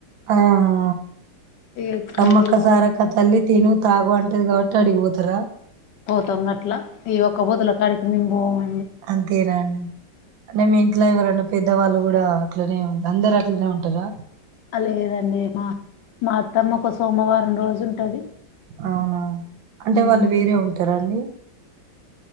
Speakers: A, on the right; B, on the left.
A: అదే ను
B: ఎక్కడికి
A: సమ్మక్క
B: పో
A: సారక్క తల్లి తిను తాగు అంటది కాబట్టి అడిగిపోతారా
B: పోతాం గట్ల ఈ ఒకపొదుల కాడికి మేం బోము
A: అంతేనాండి అంటే మీ ఇంట్ల ఎవరన పెద్దవాళ్ళు కూడా అట్లనే ఉం అందరు అట్లనే ఉంటరా
B: అ లేదండి మా మా అత్తమ్మ ఒక సోమవారం రోజు ఉంటది
A: అవునా అంటే
B: ఉమ్
A: వాళ్ళు వేరే ఉంటరా అండి